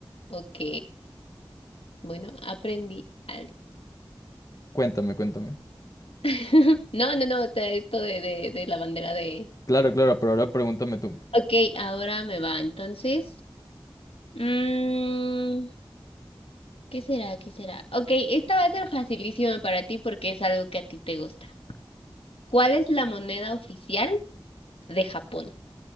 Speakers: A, on the left; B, on the left.
A: Ok. Bueno, aprendí algo.
B: Cuéntame, cuéntame.
A: <laughs> No, no, no. O sea, esto de, de, de la bandera de.
B: Claro, claro, pero ahora pregúntame tú.
A: Ok, ahora me va. Entonces. mm, ¿qué será? ¿Qué será? Ok, esta va a ser facilísima para ti porque es algo que a ti te gusta. ¿Cuál es la moneda oficial de Japón?